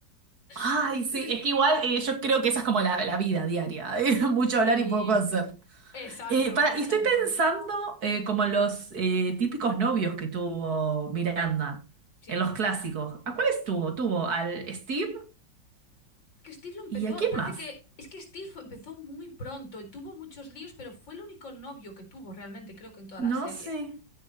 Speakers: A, on the right (about 55°); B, on the left (about 85°).
A: Ay,
B: <laughs>
A: sí,
B: Pero es
A: es
B: que.
A: que igual eh, yo creo que esa es como la, la vida diaria, <laughs> eh, Mucho
B: Sí,
A: hablar y poco hacer.
B: exacto,
A: Eh, para,
B: exacto.
A: y estoy pensando eh, como en los eh, típicos novios que tuvo Miranda,
B: Sí.
A: en los clásicos. ¿A cuáles tuvo? Tuvo al Steve
B: Es que Steve lo empezó.
A: y a quién
B: Parece
A: más?
B: que. Es que Steve empezó muy pronto. Tuvo muchos líos, pero fue el único novio que tuvo realmente, creo que en toda
A: No
B: la serie.
A: sé.